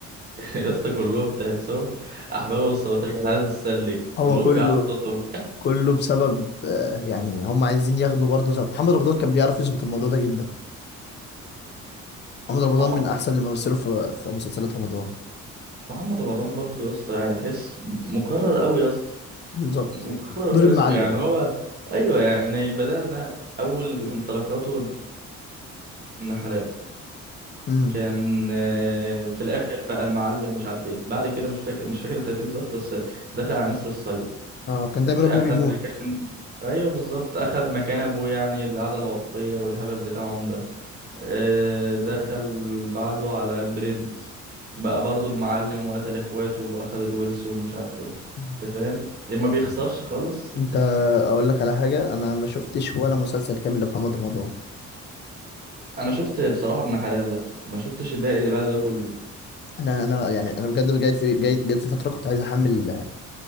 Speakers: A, on the right; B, on the left.
A: يا اسطى كلهم تحسهم احبالهم الصوتية كانت عايزة تسلك
B: هو
A: كلهم
B: كله
A: بيعلقوا صوتهم
B: كله بسبب آه، يعني هم عايزين ياخدوا برضه زي محمد رمضان كان بيعرف يظبط الموضوع ده جدا محمد رمضان
A: محمد
B: من احسن اللي مثلوا في في مسلسلات رمضان
A: محمد رمضان برضه يا اسطى يعني تحس مقرر قوي يا اسطى
B: بالظبط
A: مكرر
B: دور
A: فشخ
B: المعلم
A: يعني هو ايوه يعني بدأنا اول انطلاقاته ابن حلال
B: امم
A: كان آه، في الاخر بقى المعلم ومش عارف ايه بعد كده مش فاكر مش فاكر الترتيب بالظبط بس دخل على نسر الصيد
B: اه كان
A: اخد
B: دايما ابوه بيموت
A: مكان ايوه بالظبط اخد مكان ابوه يعني القعده العرفيه والهبل بتاعهم ده آه، دخل بعده على البرنس بقى برضو المعلم وقتل اخواته واخد الورث ومش عارف ايه
B: مم.
A: انت فاهم يعني ما بيخسرش خالص
B: انت
A: <laughs>
B: اقول لك على حاجه انا ما شفتش ولا مسلسل كامل لمحمد رمضان
A: انا شفت بصراحه ابن حلال بس ما شفتش الباقي اللي بعد ده كله
B: انا انا يعني انا بجد جات لي جاي- جات لي فتره كنت عايز احمل آه،